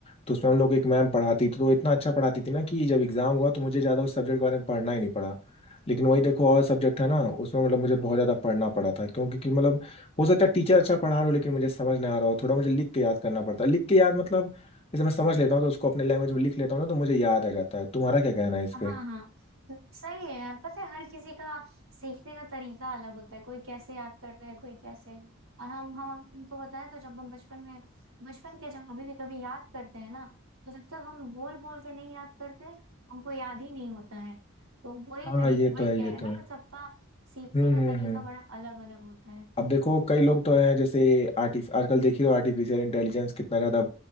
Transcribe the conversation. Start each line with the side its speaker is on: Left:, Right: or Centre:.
Left: तो उसमें हम लोग को एक मैम पढ़ाती थी तो वो इतना अच्छा पढ़ाती थी ना कि जब एग्जाम हुआ तो मुझे ज़्यादा उस सब्जेक्ट के बारे में पढ़ना ही नहीं पड़ा लेकिन वही देखो और सब्जेक्ट है ना उसमें मतलब मुझे बहुत ज़्यादा पढ़ना पड़ा था क्योंकि कि मतलब हो सकता है टीचर अच्छा पढ़ा रहा हो लेकिन मुझे समझ नहीं आ रहा हो थोड़ा मुझे लिख के याद करना पड़ता है लिख के याद मतलब जैसे मैं समझ लेता हूँ तो उसको अपने लैंग्वेज में लिख लेता हूँ ना तो मुझे याद आ जाता है तुम्हारा क्या कहना है इस
Right: हाँ
Left: पे
Right: हाँ तो सही है यार पता है हर किसी का सीखने का तरीका अलग होता है कोई कैसे याद करता है कोई कैसे और हम हम हम तुमको बताएं तो जब हम बचपन में बचपन के जब अभी भी कभी याद करते हैं ना तो जब तक हम बोल बोल के नहीं याद करते हमको याद ही नहीं होता है तो वही
Left: हाँ
Right: तरी
Left: ये
Right: वही
Left: तो है
Right: कह
Left: ये
Right: रहे हैं
Left: तो
Right: ना
Left: है
Right: कि सबका सीखने
Left: हम्म
Right: का
Left: हम्म
Right: तरीका
Left: हम्म
Right: बड़ा अलग अलग होता है
Left: अब देखो कई लोग तो हैं जैसे आर्टिफ आजकल देखिए आर्टिफिशियल इंटेलिजेंस कितना ज़्यादा